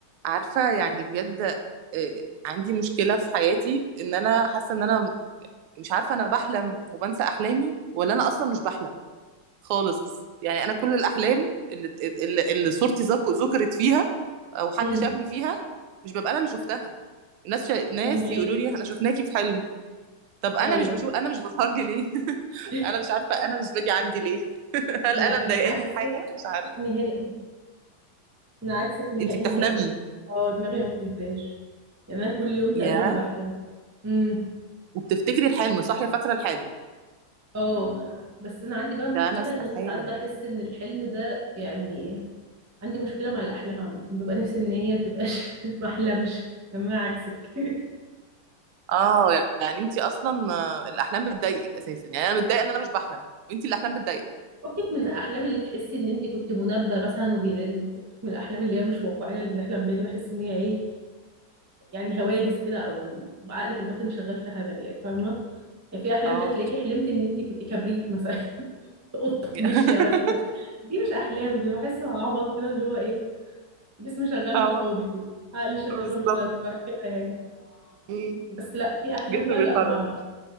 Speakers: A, on the right; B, on the right.
A: عارفة يعني بجد آه، عندي مشكلة في حياتي ان انا حاسة ان انا مش عارفة انا بحلم وبنسى احلامي ولا انا اصلا مش بحلم خالص يعني انا كل الاحلام اللي اللي, اللي صورتي ذك- ذكرت فيها او حد
B: امم
A: شافني فيها مش ببقى انا اللي شفتها الناس شا... ناس
B: فهمك
A: يقولوا لي احنا شفناكي في حلم طب انا
B: ايوه
A: مش بشوف انا مش بظهر لي ليه <laughs>
B: <laughs>
A: انا مش عارفة انا مش باجي عندي ليه <laughs> هل
B: لا
A: انا مضايقاني
B: انا عكسك
A: في حاجة مش عارفة
B: نهائي انا عكسك نهائي
A: انتي بتحلمي
B: نهائي اه دماغي ما بتهداش يعني انا كل يوم تقريبا
A: ياه
B: بحلم امم
A: وبتفتكري الحلم صح يا فاكرة الحلم
B: اه بس انا عندي بقى مشكله
A: ده انا استحالة
B: ان انا ساعات بحس ان الحلم ده يعني عندي مشكله مع الاحلام عامه ببقى نفسي ان هي تبقاش <laughs> ما احلمش تمام عكسك <laughs>
A: اه يعني انت اصلا آه، الاحلام بتضايقك اساسا يعني انا متضايقه ان انا مش بحلم وانت الاحلام بتضايقك
B: فكك من الاحلام اللي تحسي ان انت كنت منبه مثلا وبيرن فكك من الاحلام اللي هي مش واقعيه اللي بنحلم بيها دي بحس ان هي ايه يعني هواجس كده او عقلك الباطن شغال في هبل يعني فاهمه يعني في احلام
A: اه
B: كده تلاقيكي حلمتي ان انت كنت كبريت مثلا <laughs> قطه
A: <laughs>
B: ماشيه مثلا دي مش احلام دي بحسه عبط كده اللي هو ايه جسمي شغال
A: اه
B: في الفاضي كده عقلي شغال
A: بالظبط
B: ملوش لازمه كده يعني
A: مم.
B: بس لا في احلام
A: جسمي
B: بقى لا
A: بيخرف
B: ما